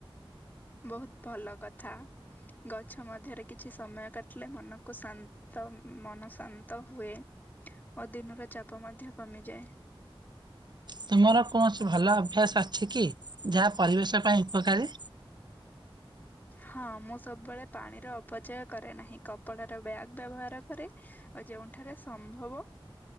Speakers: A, on the left (about 20°); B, on the right (about 50°).
A: ବହୁତ୍ ଭଲ କଥା। ଗଛ ମଧ୍ୟରେ କିଛି ସମୟ କାଟିଲେ ମନକୁ ଶାନ୍ତ ମନ ଶାନ୍ତ ହୁଏ। ଓ ଦିନର ଚାପ ମଧ୍ୟ କମିଯାଏ।
B: ତୁମର କୌଣସି ଭଲ ଅଭ୍ୟାସ ଅଛିକି ଯାହା ପରିବେଶ ପାଇଁ ଉପକାରୀ?
A: ହଁ ମୁଁ ସବୁବେଳେ ପାଣିର ଅପଚୟ କରେ ନାହିଁ କପଡ଼ାର ବ୍ୟାଗ୍ ବ୍ୟବହାର କରେ ଆଉ ଯେଉଁଠାରେ ସମ୍ଭବ